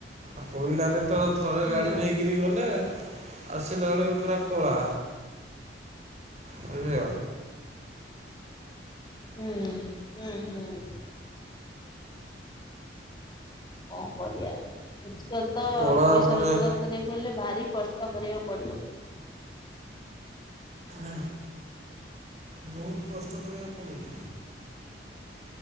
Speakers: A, on the right; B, on the left.
A: ଆଉ କୋଇଲାରେ ତ ଥରେ
B: ହୁଁ
A: ଗାଡ଼ି ନେଇକରି ଗଲେ ଆସିଲା ବେଳକୁ ପୁରା କଳା। ବୁଝି
B: ହୁଁ ହୁଁ ହୁଁ ହଉ ବଢିଆ ଆଜି କାଲି ତ
A: କଳା
B: ପଇସା
A: ପୁରା
B: ରୋଜଗାର କରିବାକୁ ହେଲେ ଭାରି କଷ୍ଟ କରିବାକୁ ପଡିବ
A: ଆ ବହୁତ କଷ୍ଟ କରିବାକୁ ପଡୁଛି
B: <inaudible>